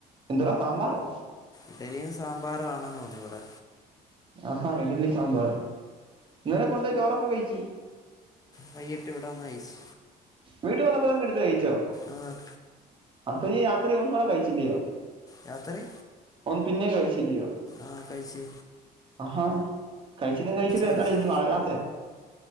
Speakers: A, on the right; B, on the left.
A: എന്തോടാ സാമ്പാറോ
B: ഇഡലിയും സാമ്പാറും ആണെന്ന് തോന്നുന്നു ഇവിടെ
A: ആഹാ ഇഡലി സാമ്പാറും ഇന്നലെ കൊണ്ട്പോയ ചോറെപ്പം കഴിച്ചു
B: വൈകിട്ട് ഇവിടെ വന്ന് കഴിച്ച്
A: വീട്ട് വന്നപ്പോ തന്നെ എടുത്ത് കയിച്ചോ
B: ആഹ്
A: അപ്പൊ നീ രാത്രി ഒന്നൂടെ കഴിച്ചില്ലയോ
B: രാത്രി
A: ഒന്ന് പിന്നെം കയിച്ചില്ലയോ
B: ആഹ് കയ്ച്ച്
A: ആഹാ കഴിച്ചിട്ടും കഴിച്ചിട്ടും എന്താടാ
B: കഴിച്ചു
A: നീ വളരാത്തെ